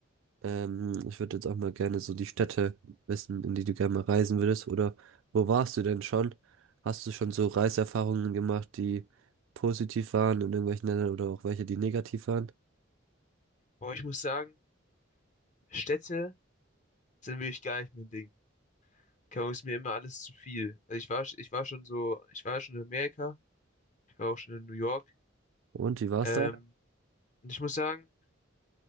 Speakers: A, on the right; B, on the left.
A: Ähm, ich würde jetzt auch mal gerne so die Städte wissen, in die du gerne mal reisen würdest. Oder wo warst du denn schon? Hast du schon so Reiserfahrungen gemacht, die positiv waren in irgendwelchen Ländern oder auch welche, die negativ waren?
B: Boah, ich muss sagen, Städte sind wirklich gar nicht mein Ding. Keine Ahnung, ist mir immer alles zu viel. Also ich war, ich war schon so, ich war schon in Amerika, ich war auch schon in New York.
A: Und wie war's
B: Ähm,
A: da?
B: und ich muss sagen,